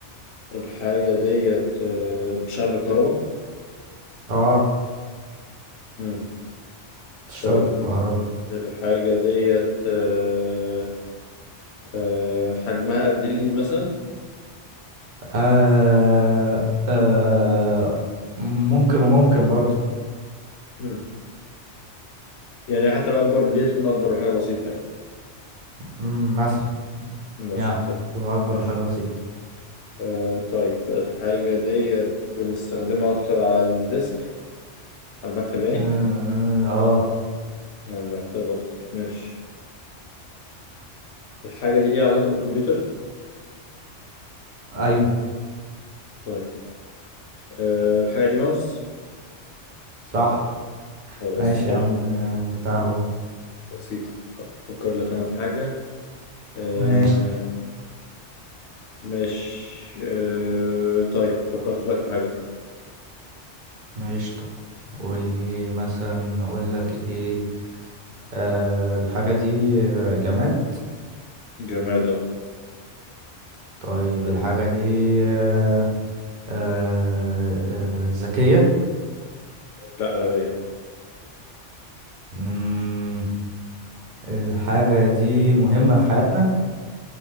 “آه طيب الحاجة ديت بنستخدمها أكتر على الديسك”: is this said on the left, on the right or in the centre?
Left